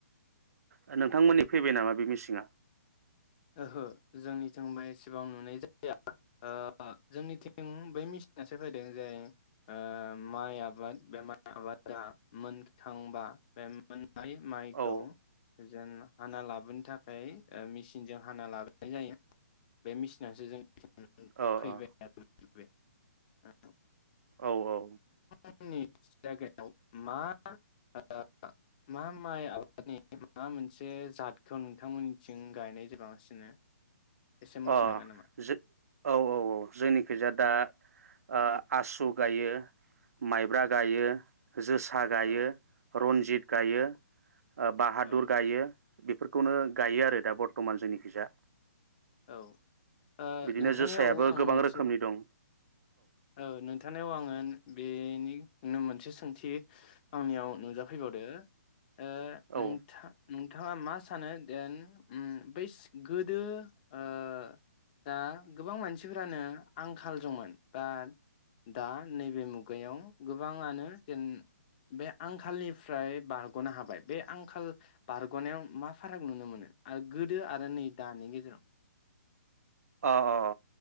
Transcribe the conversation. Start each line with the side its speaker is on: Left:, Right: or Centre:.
Right: ओ नोंथांमोननि फैबाय नामा बे मिसिंआ?
Left: ओहो जोंनिथिंबो एसेबां <inaudible> ओ जोंनिथिं बै मिसिनासो फैदों जाय ओ माइ आबाद बे माइ आबादा मोनखांबा बे मोन नाय माइखौ
Right: औ
Left: जों हाना लाबोनो थाखाय ओ मिस सिनजों हाना लाबाय जायो बे मिसिनासो जों
Right: औ
Left: फैबाय
Right: अ
Left: <inaudible>
Right: औ औ
Left: मोननि जायगायाव मा ओ मा माइ आबादनि मा मोनसे जादखौ नोंथांमोननिथिं गायनाय <unintelligible> मोनथिनो
Right: अ
Left: हागोन नामा
Right: जो औ औ औ जोंनिखैजा दा ओ आसु गायो, माइब्रा गायो, जोसा गायो,
Left: औ
Right: रन्जित गायो
Left: औ
Right: ओ बाहादुर
Left: औ
Right: गायो बेफोरखौनो गायो आरो दा बर्तमान जोंनिखैजा।
Left: औ ओ
Right: बिदिनो
Left: नोंथांनियाव
Right: जोसायाबो
Left: आं
Right: गोबां
Left: मोनसे
Right: रोखोमनि दं
Left: औ नोंथांनियाव आङो बेनि नो मोनसे सोंथि आंनियाव नुजाफैबावदो ओ नोंथा
Right: औ
Left: नोंथाङा मा सानो देन ओम बै गोदो ओ दा गोबां मानसिफोरानो आंखाल दंमोन बा दा नैबे मुगायाव गोबाङानो जेन बे आंखालनिफ्राय बारगनो हाबाय बे आंखाल बारगनायाव मा फाराग नुनो मोनो ओ गोदो आरो नै दानि गेजेराव?
Right: अ अ अ